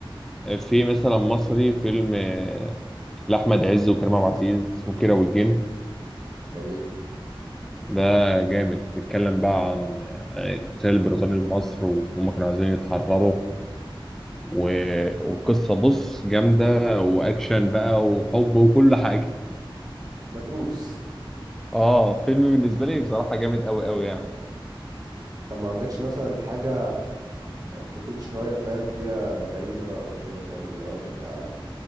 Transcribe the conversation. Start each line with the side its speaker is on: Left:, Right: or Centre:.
Centre: آه، في مثلا مصري فيلم آه، لاحمد عز وكريم عبد العزيز اسمه كيرة والجن
Right: جميل
Centre: ده جامد بيتكلم بقى عن آه، الاحتلال البريطاني لمصر وهم كانوا عايزين يتحرروا و... والقصه بص جامده واكشن بقى وحب وكل حاجه
Right: متروس
Centre: اه فيلم بالنسبه لي بصراحه جامد قوي قوي يعني
Right: طب ما عندكش مثلا حاجه تكون شويه فاهم فيها جريمه بقى وكده فاهم اللي هو تبقى